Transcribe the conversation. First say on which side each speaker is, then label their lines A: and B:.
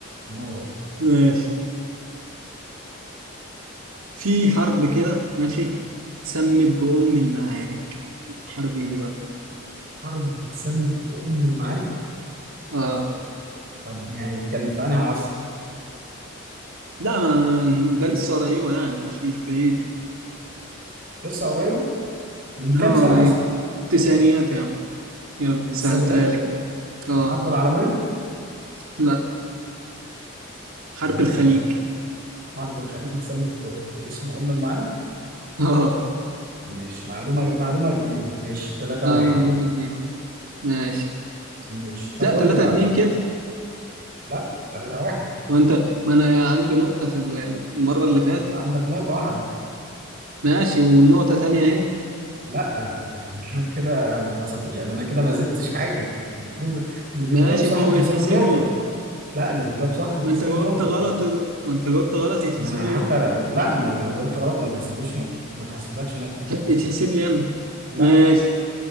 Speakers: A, on the right; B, on the right.
A: نور
B: ماشي في حرب كده ماشي سمت بأم المعارك حرب ايه دي بقى
A: حرب بتسمى بأم المعارك
B: اه
A: طب يعني كانت في انهي عصر؟
B: لا ما ده لسه قريبة يعني مش مش بعيد <laughs>
A: لسه قريبة من كام
B: اه
A: سنة
B: قريب
A: مثلا؟
B: تسعينيات يا عم يلا
A: التسعينيات
B: سهلتها لك أنا. اه
A: الحرب العالمية؟
B: لا حرب الخليج
A: نور. حرب الخليج بتسمى ب- باسم أم المعارك؟
B: <laughs> اه
A: ماشي معلومة معلومة جديدة ماشي 3
B: اه
A: 1
B: معلومة
A: يعني
B: جديدة ماشي
A: ماشي طب
B: لا
A: قول
B: 3
A: لي بقى
B: 2 كده
A: لا 3 1
B: وانت ما انا عندي نقطة في ال- المرة اللي فاتت
A: عندك نقطة واحدة
B: ماشي والنقطة تانية اهي
A: لا <laughs> كده ما اتحسب يعني انا كده ما زدتش حاجة المفروض اللي بيجاوب
B: ماشي
A: صح
B: ما هو
A: بتحسب
B: يتحسب
A: له نقطة
B: لي
A: لا اللي بيجاوب صح بتحسب
B: ما انت جاوبت
A: له نقطة
B: غلط ما انت جاوبت غلط يتحسب
A: ما انا
B: لي
A: حتى
B: نقطة
A: لا لا، ما لو جاوبت غلط ما تحسبليش نقطة ما تحسبلكش نقطة
B: يتحسب لي انا
A: لا
B: ماشي